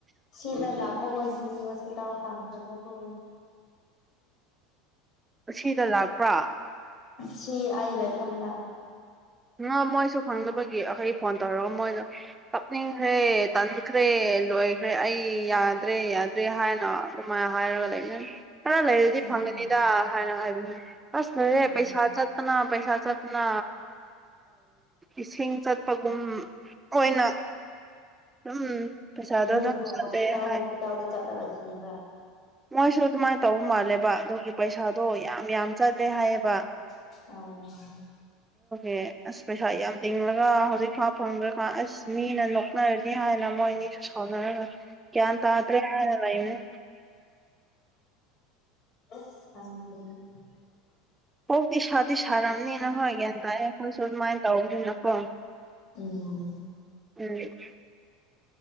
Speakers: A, on the left; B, on the right.
A: ꯁꯤꯗ ꯂꯥꯛ ꯣꯏ ꯍꯣꯁꯄꯤꯇꯥꯜ ꯐꯝ ꯆꯂꯕꯨ
B: ꯑꯁꯤꯗ ꯂꯥꯛꯄ꯭ꯔꯥ
A: ꯁꯤ ꯑꯩ ꯂꯥꯏꯐꯝꯗ
B: ꯑ ꯃꯣꯏꯁꯨ ꯐꯪꯖꯕꯒꯤ ꯑꯩꯈꯣꯏ ꯐꯣꯟ ꯇꯧꯔꯒ ꯃꯣꯏꯗ ꯀꯞꯅꯤꯡꯈ꯭ꯔꯦ ꯇꯟꯈ꯭ꯔꯦ ꯂꯣꯏꯈ꯭ꯔꯦ ꯑꯩ ꯌꯥꯗ꯭ꯔꯦ ꯌꯥꯗ꯭ꯔꯦ ꯍꯥꯏꯅ ꯑꯗꯨꯃꯥꯏꯅ ꯍꯥꯏꯔꯒ ꯂꯩꯃꯤꯅꯤ ꯈꯔ ꯂꯩꯔꯗꯤ
A: ꯎꯝ
B: ꯐꯪꯒꯅꯤꯗ ꯍꯥꯏꯅ ꯍꯥꯏꯕꯤ ꯑꯁ ꯂꯩꯔꯦ
A: ꯎꯝ
B: ꯄꯩꯁꯥ ꯆꯠꯄꯅ ꯄꯩꯁꯥ ꯆꯠꯅ ꯏꯁꯤꯡ ꯆꯠꯄꯒꯨꯝ ꯑꯣꯏꯅ ꯑꯗꯨꯝ ꯄꯩꯁꯥꯗꯣ
A: ꯃꯣꯏ
B: ꯑꯗꯨꯝ ꯆꯠꯂꯦ
A: ꯍꯣꯁꯄꯤꯇꯥꯜ
B: ꯍꯥꯏ
A: ꯍꯣꯁꯄꯤꯇꯥꯜꯗ ꯆꯠꯂꯒ ꯊꯤꯕ꯭ꯔ
B: ꯃꯣꯏꯁꯨ ꯑꯗꯨꯃꯥꯏꯅ ꯇꯧꯕ ꯃꯥꯜꯂꯦꯕ ꯑꯗꯨꯒꯤ ꯄꯩꯁꯥꯗꯣ ꯌꯥꯝ ꯌꯥꯝ ꯆꯠꯂꯦ ꯍꯥꯏꯌꯦꯕ
A: ꯑ
B: ꯦ ꯑꯁꯃꯦꯁ ꯇꯤꯡꯡꯂꯒ ꯍꯧꯖꯤꯛꯐꯥꯎ ꯐꯪꯗ꯭ꯔꯀꯥꯟ ꯑꯁ ꯃꯤꯅ ꯅꯣꯛꯅꯔꯅꯤ ꯍꯥꯏꯅ ꯃꯣꯏ ꯑꯅꯤꯁꯨ ꯁꯥꯎꯅꯔꯒ ꯀꯌꯥ ꯊꯥ ꯇꯔꯦ ꯍꯥꯏꯅ ꯂꯅꯦ
A: <unintelligible>
B: ꯀꯣꯛꯇꯤ ꯁꯥꯗꯤ ꯁꯥꯔꯝꯅꯤꯅ ꯍꯣꯏ ꯒꯟ ꯇꯥꯏ ꯑꯩꯈꯣꯏꯁꯨ ꯑꯗꯨꯃꯥꯏꯅ ꯇꯧꯕꯅꯤꯅꯀꯣ
A: ꯎꯝ
B: ꯎꯝ